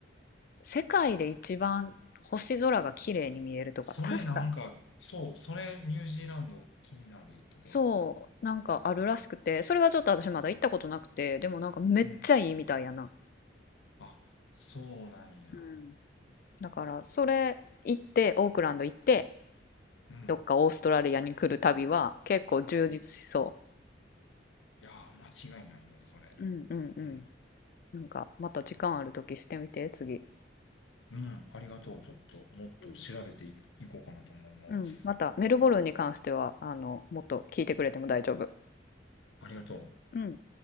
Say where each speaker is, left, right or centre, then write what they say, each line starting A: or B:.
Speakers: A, on the left (about 50°); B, on the left (about 85°).
A: 世界で一番星空が綺麗に見えるとか、
B: それなんか、
A: 確か
B: そう、それニュージーランド気になるところ。
A: そう、なんかあるらしくて、それはちょっと私まだ行ったことなくて、でもなんかめっちゃいいみたいやな。
B: うん。あ、そうなんや。
A: うん。だからそれ行って、オークランド行って、
B: うん。
A: どっかオーストラリアに来る旅は結構充実しそ
B: うんいやー、間違いないね、それ。
A: う。うんうんうん。
B: うん。
A: なんかまた時間ある時してみて、次。
B: うん。ありがとう。ちょっと、もっと調べてい、
A: うん、
B: いこうかなと思います。
A: うんまたメルボルンに関しては、あの、もっと聞いてくれても大丈夫。
B: ありがとう。
A: うん。